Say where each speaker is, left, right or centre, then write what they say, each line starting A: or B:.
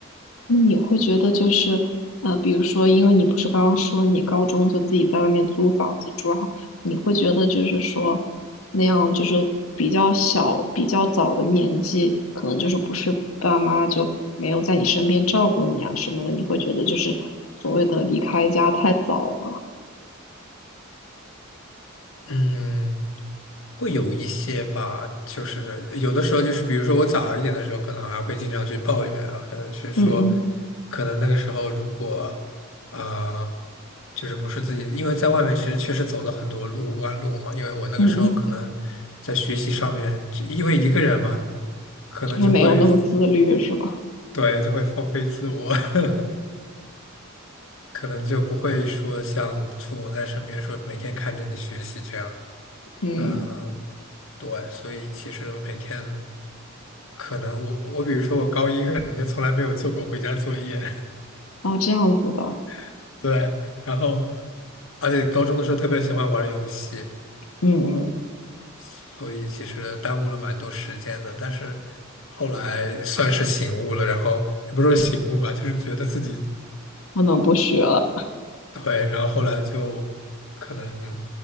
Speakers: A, on the left (about 85°); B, on the left (about 70°).
A: 那你会觉得就是，呃，比如说，因为你不是刚刚说你高中就自己在外面租房子住，然后你会觉得就是说，那样就是比较小、比较早的年纪，可能就是不是爸妈就没有在你身边照顾你啊什么的，你会觉得就是所谓的离开家太早吗？
B: 嗯，会有一些吧，就是有的时候就是，比如说我早一点的时候，可能还会经常去抱怨啊，可能去说，
A: 嗯嗯
B: 可能那个时候如果，啊、就是不是自己，因为在外面其实确实走了很多路弯路嘛，因为我那个时候可能在学习上面，
A: 嗯嗯，
B: 因为一个人嘛，可能就会
A: 就是没有那么自律是吗？
B: 对就会放飞自我。<laughs> 可能就不会说像父母在身边说每天看着你学习这样，
A: 嗯，
B: 嗯、对，所以其实每天可能我我比如说我高一可能就从来没有做过回家作业，
A: 哦，这样子的，
B: <laughs> 对，然后而且高中的时候特别喜欢玩游戏，
A: 嗯嗯，
B: 所以其实耽误了蛮多时间的，但是后来算是醒悟了，然后也不是说醒悟吧，就是觉得自己
A: 不能不学了，
B: 对，然后后来就可能